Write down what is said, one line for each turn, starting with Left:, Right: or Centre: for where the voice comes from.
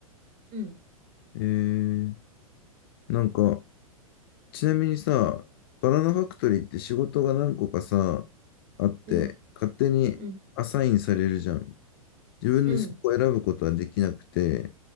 Right: うん、
Left: えー、なんか、ちなみにさ、バナナファクトリーって仕事が何個かさ、あって、
Right: うん、
Left: 勝手にアサインされるじゃん。
Right: うん、
Left: 自分でそこを選ぶことはできなくて、
Right: うん、